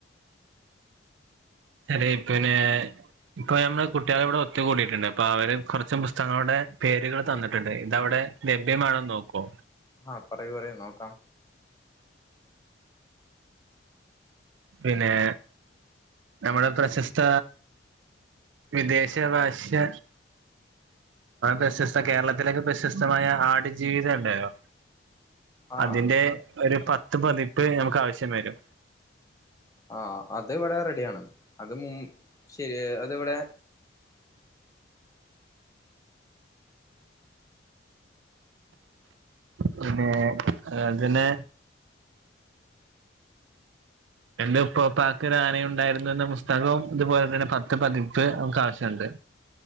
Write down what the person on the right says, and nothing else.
അതേ പിന്നെ ഇപ്പൊ ഞമ്മെ കുട്ടികളിവിടെ ഒത്തു കൂടിയിട്ടുണ്ട് അപ്പൊ അവര് കുറച്ച് പുസ്തകങ്ങളുടെ പേരുകൾ തന്നിട്ടണ്ട് ഇതവിടെ ലഭ്യമാണോന്ന് നോക്കോ
പിന്നെ നമ്മുടെ പ്രശസ്ത വിദേശ ഭാഷ്യ പ്രശസ്ത കേരള ത്തിലൊക്കെ പ്രശസ്തമായ ആടുജീവിതം ഇണ്ടായോ
അതിന്റെ ഒരു പത്ത് പതിപ്പ് ഞമുക്കാവശ്യം വരും
പിന്നെ അതിന് എന്റെ ഉപ്പപ്പാക്കൊരു ആന ഉണ്ടായിരുന്നുന്ന പുസ്തകവും ഇതുപോലെ തന്നെ പത്ത് പതി പ്പ് നമുക്കാവശ്യംണ്ട്